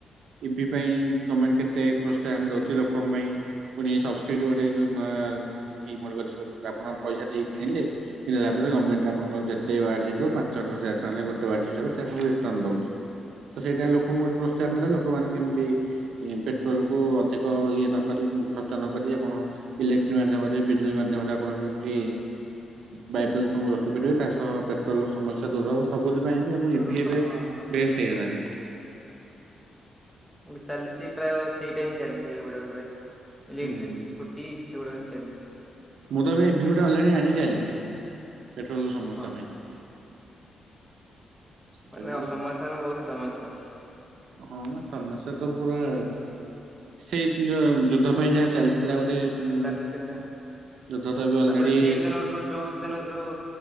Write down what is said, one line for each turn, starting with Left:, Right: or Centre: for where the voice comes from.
Right: ଇଭି ପାଇଁ ଗମେଣ୍ଟ କେତେ ପ୍ରୋତ୍ସାହନ ଦଉଚି ଲୋକଙ୍କ ପାଇଁ ପୁଣି ସବସିଡି ଗୋଟେ ଯୋଉ ନୂଆ ସ୍କିମ୍ ଗୋଟେ ଅଛି ସବୁ ଆପଣ ପଇସା ଦେଇ କିଣିଲେ, କିଣିଲା ପରେ ଗମେଣ୍ଟ ଆପଣଙ୍କର ଯେତେ ବା <unintelligible> ପାଞ୍ଚ ହଜାର <unintelligible> ଗୋଟେ ଵାଟ୍ ହିସାବରେ ସେ ଆପଣଙ୍କୁ ଦଉଛି। ତ ସେଇଟା ଲୋକଙ୍କୁ ଗୋଟେ ପ୍ରୋତ୍ସାହନ ଦେଲେ, ଲୋକମାନେ କେମିତି ପେଟ୍ରୋଲ କୁ ଅଧିକ ଇଏ ନ କରି ଖର୍ଚ୍ଚ ନ କରି ଆପଣ ଇଲେକ୍ଟ୍ରିକ ମାଧ୍ୟମରେ ବିଜୁଳି ମାଧ୍ୟମରେ ଆପଣ କେମିତି ବାୟୁ ପ୍ରଦୂଷଣକୁ ରୋକିପାରିବେ ତା ସହ ପେଟ୍ରୋଲ ର ସମସ୍ୟା ଦୂର ହବ ସବୁଥି ପାଇଁ ବି ଆମ
Centre: ଦୂର
Right: ଇଭି
Centre: ସବୁ
Right: ଏବେ
Centre: ହଁ।
Right: ବେଷ୍ଟ ହେଇଗଲାଣି।
Centre: ଗୋଟେ ଚାଲିଛି ପ୍ରାୟ ସେଇଟା ହିଁ ଚାଲିଛି ଏଗୁଡା଼ ଏବେ ଇଲେକ୍ଟ୍ରିକ୍
Right: ହୁଁ ହୁଁ
Centre: ସ୍କୁ ଟି ସେଗୁଡ଼ା ଏଇନା ଚାଲିଛି।
Right: ମୁଁ ତ ଏବେ ଇଭ୍ୟୁ ଗୋଟେ ଆଲରେଡି ଆଣି ସାରିଲିଣି। ପେଟ୍ରୋଲ ର ସମସ୍ୟା
Centre: ହଁ
Right: ପାଇଁ। ସେଟା
Centre: ମାନେ
Right: ବି
Centre: ଅ ସମସ୍ୟା ନା ବହୁତ ସମସ୍ୟା।
Right: ହଁ ମ ସମସ୍ୟା ତ ପୁରା ସେଇ ଯୁ-ଯୁଦ୍ଧ ପାଇଁ ଯାହା ଚାଲିଥିଲା ଗୋଟେ ହୁଁ
Centre: ଚାଲିଥିଲା
Right: ଯୁଦ୍ଧ ତ ଏବେ ଅଲରେଡି
Centre: ତାପରେ <unintelligible> ଯୋଉ ଦିନ ଯୋଉ